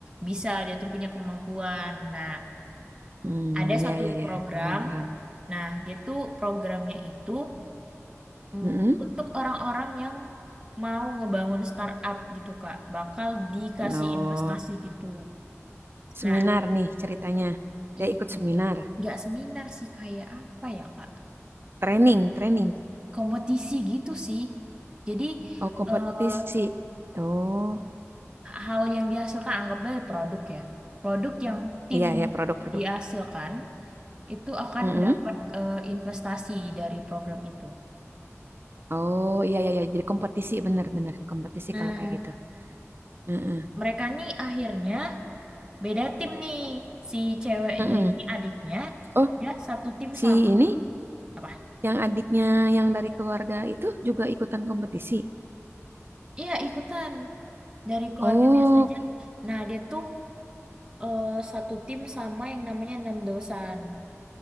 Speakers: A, on the right; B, on the right.
A: bisa, dia tuh punya kemampuan. Nah,
B: Hmm,
A: ada satu
B: ya ya
A: program.
B: ya, paham paham.
A: Nah, dia tuh programnya itu Hmm.
B: Heeh.
A: Untuk orang-orang yang mau ngebangun startup gitu Kak, bakal dikasih
B: No.
A: investasi gitu. Nah,
B: seminar nih ceritanya. Dia
A: iya,
B: ikut seminar,
A: nggak seminar sih kayak apa ya Kak?
B: training, training.
A: Kompetisi gitu sih. Jadi
B: Oh, kompetisi.
A: eh,
B: Oh,
A: hal yang dihasilkan anggaplah produk ya. Produk yang tim
B: iya ya produk-produk.
A: dihasilkan itu akan
B: Mm-mm.
A: dapat eh, investasi dari program itu.
B: Oh, iya iya iya jadi kompetisi benar-benar kompetisi
A: Nah,
B: kalau kayak gitu. Mm-mm.
A: mereka nih akhirnya Beda tim nih. Si ceweknya
B: Mm-mm.
A: ini adiknya,
B: Oh,
A: ya satu tim
B: si
A: sama
B: ini
A: apa?
B: yang adiknya yang dari keluarga itu juga ikutan kompetisi.
A: Iya, ikutan. Dari keluarga
B: Oh,
A: biasa aja.
B: oke.
A: Nah, dia tuh eh, satu tim sama yang namanya Enam Dosan.